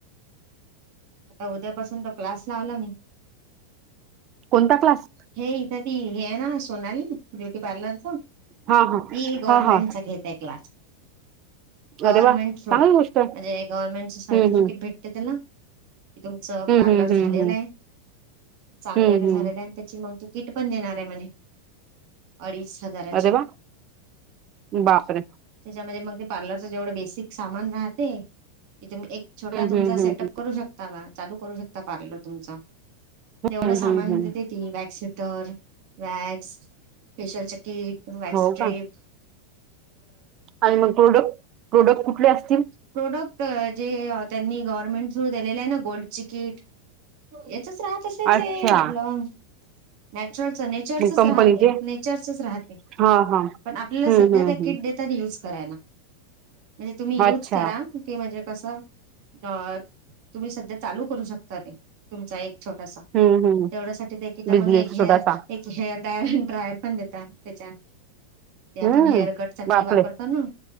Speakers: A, on the right; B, on the right.
A: आता उद्यापासून तो क्लास लावला मी.
B: कोणता क्लास?
A: हे इथं ती हे आहे ना सोनाली ब्युटी पार्लरच.
B: हा हा
A: त गवर्नमेंटचा
B: हा हा
A: घेतय क्लास. गव्हर्नमेंट
B: अरे वा
A: थ्रू
B: चांगली
A: म्हणजे
B: गोष्ट आहे.
A: गव्हर्नमेंटचे सर्टिफिकेट
B: हम्म हम्म
A: भेटते त्याला. तूमच पार्लर
B: हम्म हम्म
A: झालेल्या
B: हम्म हम्म
A: चांगले
B: हम्म
A: नझालेलयते.
B: हम्म
A: मग तिकिट पण देणार म्हणे अडीच. हजाराची
B: अरे वा बापरे.
A: त्यामध्ये मग पार्लरचे जेवढे बेसिक सामान राहते. एक छोटा
B: हम्म
A: तुमचा
B: हम्म
A: सेटअप
B: हम्म
A: करू शकता बा चालू करू शकता पार्लर तुमचा. तेवढं
B: हम्म
A: सामान
B: हम्म हम्म
A: देत ती वॅग स्टर वॅग. फेशियल जॅकेट वॅक्स
B: हो
A: स्ट्रेट.
B: का आणि मग प्रोडक्ट प्रोडक्ट कुठले असतील.
A: प्रोडक्ट जे त्यांनी गव्हर्नमेंट दिलेले आहे ना गोल्ड चिकीट. च राहत असेल
B: अच्छा
A: ते आपलं. नॅचुरलच नेचरचच
B: मग कंपनीचे
A: राहते नेचरचच राहते.
B: हा हा
A: पण आपल्याला
B: हम्म
A: सध्या
B: हम्म
A: त्या
B: हम्म
A: किट देतात युज करायला. म्हणजे तुम्ही युज
B: अच्छा
A: करा की म्हणजे कस अ तुम्ही सध्या चालू करू शकता तुमचा एक छोटासा
B: हम्म हम्म
A: तेवढ्यासाठीदा
B: बिझनेस
A: मग एक हेअ
B: छोटासा
A: एक हेअर डा ड्रायर पण देतात त्याच्या ते आपण
B: हम्म
A: हेअर कट साठी
B: बापरे!
A: वापरतो ना